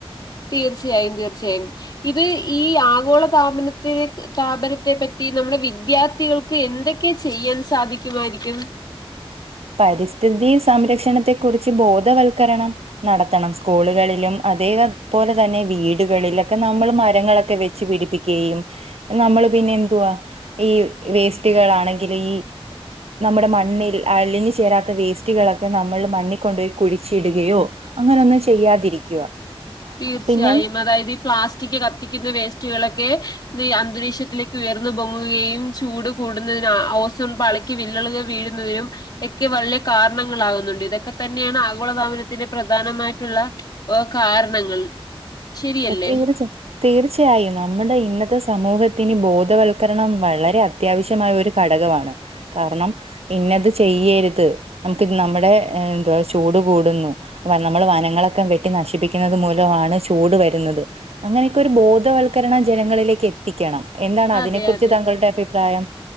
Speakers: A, on the left; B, on the right.
A: തീർച്ചയായും തീർച്ചയായും ഇത് ഈ ആഗോള താപനത്തില സ്ഥാപനത്തെ പറ്റി നമ്മുടെ വിദ്യാർത്ഥികൾക്ക് എന്തൊക്കെയെ ചെയ്യാൻ സാധിക്കുമായിരിക്കും
B: പരിസ്ഥിതി സംരക്ഷണത്തെ കുറിച്ച് ബോധവൽക്കരണം നടത്തണം സ്കൂളുകളിലും അതേപോലെ തന്നെ വീടുകളിലൊക്കെ നമ്മൾ മരങ്ങളൊക്കെ വെച്ച് പിടിപ്പിക്കണം ക്കെയും നമ്മള് പിന്നെ എന്തുവാ ഈ വേസ്റ്റുകൾാണെങ്കിൽ ഈ നമ്മുടെ മണ്ണിൽ അലിഞ്ഞു ചേരാത്ത വേസ്റ്റുകളൊക്കെ നമ്മൾ മണ്ണിൽക്കൊണ്ടു പോയി കുഴിച്ചിടുകയോ അങ്ങനെ ഒന്നും ചെയ്യാതിരിക്കുക
A: തീർച്ചയായും
B: പിന്നെ
A: അതായത് ഈ പ്ലാസ്റ്റിക് കത്തിക്കുന്ന വേസ്റ്റുകളൊക്കെ ഈഅന്തരീക്ഷത്തിലേക്ക് ഉയർന്നു പൊങ്ങുകയും ചൂട് കൂടുന്നതിന് ഓസോൺ പാളി- ക്ക് വില്ലളുകൾ വീഴുന്നതിനും ഒക്കെ വലിയ കാരണങ്ങളാകുന്നുണ്ട്. ഇതൊക്കെ തന്നെയാണ് ആഗോളതാപനത്തിന്റെ പ്രധാനമായിട്ടുള്ള ഓ കാരണങ്ങൾ ശരിയല്ലേ
B: പ്രത്യേകിച്ച് തീർച്ചയായും നമ്മുടെ ഇന്നത്തെ സമൂഹത്തിന് ബോധവൽക്കരണം വളരെ അത്യാവശ്യമായ ഒരു ഘടകമാണ് കാരണം ഇന്നത് ചെയ്യരുത് നമുക്ക് നമ്മുടെ എന്തുവാ ചൂട് കൂടുന്നു നമ്മള് വനങ്ങളൊക്കെ വെട്ടി നശിപ്പിക്കുന്നത് മൂലമാണ് ചൂട് വരു- ന്നത് അങ്ങനെയൊക്കെ ഒരു ബോധവൽക്കരണം ജനങ്ങളിലേക്ക് എത്തിക്കണം എന്താണ് അതിനെ
A: അതെ
B: കുറിച്ച്
A: അതെ
B: താങ്കളുടെ അഭിപ്രായം